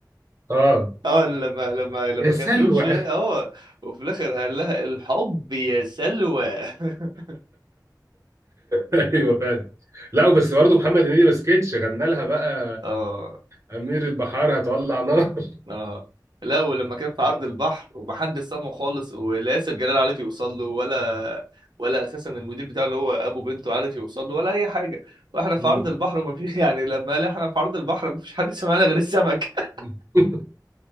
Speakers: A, on the right; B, on the right.
A: اه
B: اه لما لما لما
A: يا سلوى
B: كان بيقول شعر
A: <laughs>
B: اه وفي الاخر قال لها الحب يا سلوى <laughs>
A: ايوه فعلا لا بس برضه محمد هنيدي ما سكتش غنى لها بقى
B: اه
A: أمير البحار هتولع نار
B: اه لا ولما كان في عرض البحر ومحدش سامعه خالص ولا ياسر جلال عارف يوصل له ولا ولا اساسا المدير بتاعه اللي هو ابو بنته عارف يوصل له ولا اي حاجه واحنا في
A: مم.
B: عرض البحر وما في <laughs> يعني لما قال احنا في عرض البحر ما فيش حد سمعنا غير السمك
A: <laughs>